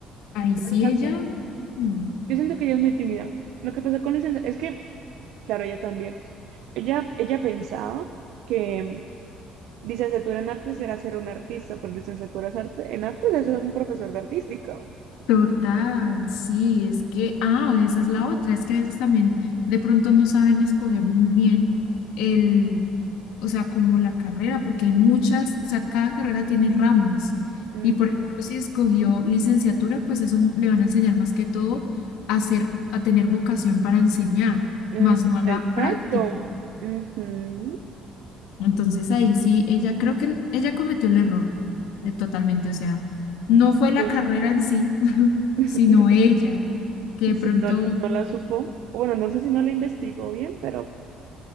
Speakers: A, on the left (about 80°); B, on the right (about 75°).
A: ahí
B: claro,
A: sí
B: exacto.
A: ella, mm,
B: Yo siento que ella es muy tímida. Lo que pasa con licencia es que, claro, ella también. Ella, ella pensaba que mm, licenciatura en artes era ser un artista, pero licenciatura es arte- en artes es ser un profesor de artística.
A: Total, sí, es que, ah, esa es la otra, es que a veces también de pronto no saben escoger muy bien el, o sea, como la carrera, porque hay muchas, o sea, cada carrera tiene ramas.
B: Ujú,
A: Y por ejemplo, si escogió licenciatura, pues eso le van a enseñar más que todo a ser, a tener vocación para enseñar,
B: ujú,
A: más no a la
B: exacto.
A: práctica.
B: Ujú,
A: Entonces ahí sí, ella creo que ella cometió el error eh, totalmente, o sea, no fue la
B: sí.
A: carrera en sí, <laughs>
B: <laughs>
A: sino ella, que de
B: Sí,
A: pronto
B: no, la- no la supo. Bueno, no sé si no la investigó bien, pero